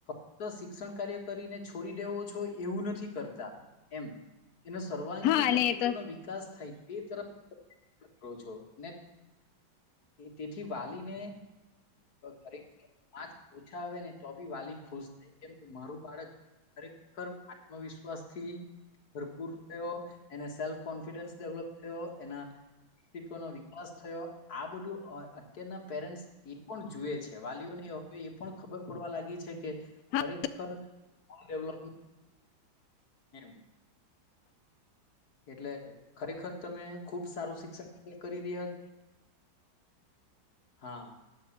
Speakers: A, on the left; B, on the left.
A: તો શિક્ષણ કાર્ય કરીને છોડી દેવો છો, એવુ નથી, કરતા એમ એના સર્વાંગી
B: હા
A: વ્યક્તિત્વનો
B: ને એ તો
A: વિકાસ થાય, તે તરફ કો છો, ને તેથી. વાલીને ઘરે આજ ટપી વાલી ખુશ થાય, કેમ કે મારુ બાળક ખરેખર આત્મવિશ્વાસ થી, ને ભરપૂર થયો, એને સેલ્ફ કોન્ફિડન્સ ડેવલોપ થયો, એના અસ્તિત્વ નો વિકાસ થયો, આ બધું અત્યારના પેરેન્ટ્સ એ પણ જુએ છે. વાલીઓને એવું હવે એ પણ ખબર પડવા લાગી છે, કે
B: હા
A: ખરેખરે ડેવલોપ એમ એટલે ખરેખર, તમે ખુબ સારું શિક્ષણ કરી રહ્યા છો. હા,